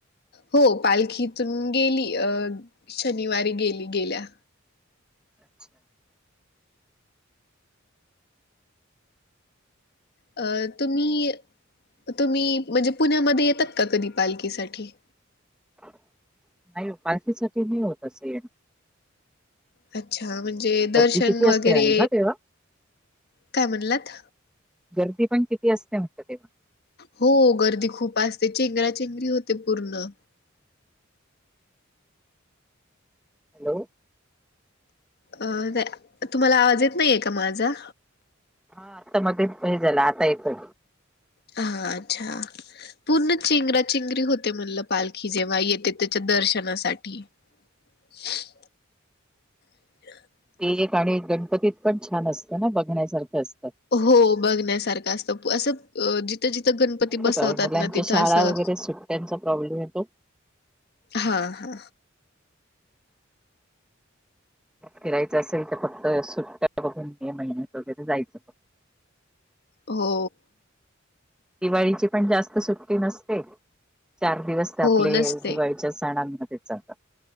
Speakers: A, on the left; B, in the centre.
A: हो पालखीतून गेली. अ शनिवारी गेली गेल्या.
B: अच्छा.
A: अ तुम्ही तुम्ही म्हणजे पुण्यामध्ये येतात का कधी पालखीसाठी?
B: नाही पालखीसाठी नाही होत अस येणं.
A: अच्छा म्हणजे दर्शन
B: गर्दी किती
A: वगैरे
B: असते आणि ना तेव्हा
A: काय म्हणलात?
B: गर्दी पण किती असते म्हत ते
A: हो गर्दी खूप असते. चेंगरा चेंगरी होते पूर्ण.
B: हॅलो.
A: अ नाही. तुम्हाला आवाज येत नाहीये का माझा?
B: हा. आता मध्येच हे झालं आता येतोय.
A: हा. अच्छा. पूर्ण चेंगराचेगरी होते म्हणल, पालखी जेव्हा येते त्याच्या दर्शनासाठी <unintelligible> <inaudible>
B: ते एक आणि गणपतीत पण छान असतं ना? बघण्यासारख असतं.
A: हो बघण्यासारखं असत. अस जित तथ जिथं गणपती
B: ऐकता
A: बसवतात
B: मुलांच्या
A: ना तिथं
B: शाळा
A: असं
B: वगैरे सुट्ट्यांचा प्रॉब्लेम येतो
A: हा हा.
B: फिरायचं असेल तर फक्त सुट्टा बघून मे महिन्यात वगैरे जायचं फक्त.
A: हो.
B: दिवाळीची पण जास्त सुट्टी नसते. चार दिवस
A: हो
B: आपले
A: नसते
B: दिवाळीच्या सणांमध्ये जातात.